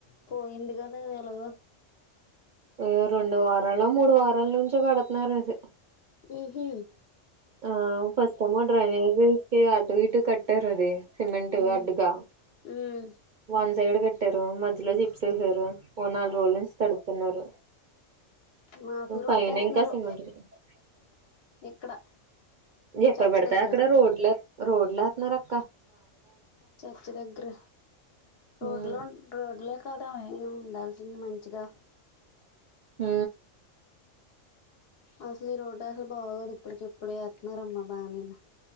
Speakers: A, on the left; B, on the right.
A: పోయింది కదా ఎలాగో
B: ఎహ్ రెండు వారల్లో మూడు వారాల నుంచి కడుతున్నరూ ఇది
A: హుమ్మ్
B: ఆ ఫస్ట్ ఏమో డ్రైనేజస్ కి అటు ఇటు కట్టారు అది సిమెంట్
A: ఉమ్
B: అడ్డు గా
A: ఉమ్
B: వన్ సైడ్ కట్టారు మధ్యలో చిప్స్ ఏసారు ఓ నాలుగు రోజుల నుంచి తడుపుతున్నారు
A: మాకు రోడ్డు
B: పైన
A: ఎత్తున్నారు
B: ఇంకా సిన్మ <unintelligible>
A: ఇక్కడ
B: ఎక్కడ
A: చర్చి
B: పడతా
A: దగ్గర
B: అక్కడ రోడ్ల రోడ్ల ఏతున్నారు అక్
A: చర్చ దగ్గర రోడ్
B: ఉమ్
A: లో రోడ్లో కాదామే నేను ఉండాల్సింది మంచిగా
B: ఊ
A: అసలు ఈ రోడ్డు అసలు బాగోదు ఇప్పటికి ఇప్పుడే ఏతున్నారు అమ్మా బాగానే ఇగ